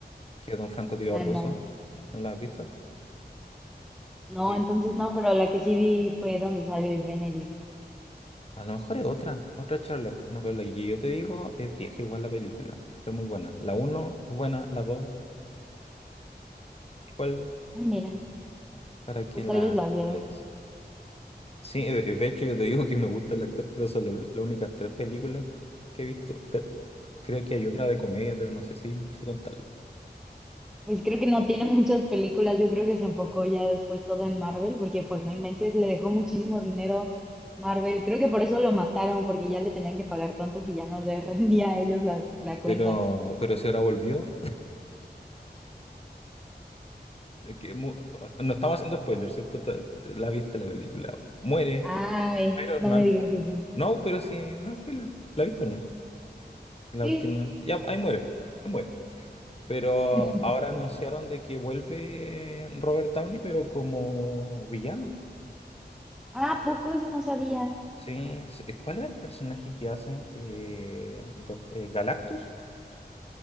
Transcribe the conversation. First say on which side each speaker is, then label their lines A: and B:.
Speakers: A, on the left (about 35°); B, in the centre.
A: que es de un francotirador
B: ah,
A: ruso.
B: no.
A: ¿No la has visto?
B: No,
A: Eh,
B: entonces no, pero la que sí vi fue donde sale el Benedict.
A: a lo mejor es otra, otra Sherlock, no, pero la que yo te digo es vieja igual la película, pero es muy buena. La uno es buena, la 2, igual
B: Ah, mira,
A: para que
B: pues
A: la
B: tal vez las veo.
A: veas. Sí, de de hecho yo te digo que me gusta el actor, pero son lo- las únicas tres películas que he visto. de él. Creo que hay otra de comedia, pero no sé si sé contarla.
B: Pues creo que no tiene <laughs> muchas películas, yo creo que se enfocó ya después todo en Marvel, porque pues no inventes, le dejó muchísimo dinero Marvel. Creo que por eso lo mataron, porque ya le tenían que pagar tanto que ya no le <laughs> rendía a ellos la, la cuenta.
A: Pero, pero si ahora volvió, <laughs> de que mu- o sea, no estamos haciendo spoilers, ¿cierto? Te- La viste la película. Muere
B: Ay,
A: Iron
B: no
A: Man.
B: me digas eso.
A: No, pero sí, no es spoiler. ¿La viste o no? La
B: Sí.
A: última. Ya, ahí muere. Ahí muere. Pero
B: <laughs>
A: ahora anunciaron de que vuelve Robert Downey, pero como villano.
B: Ah, ¿a poco eso no sabía.
A: Sí, s- eh, ¿cuál es el personaje que hace? Eh, Doc- eh, ¿Galactus?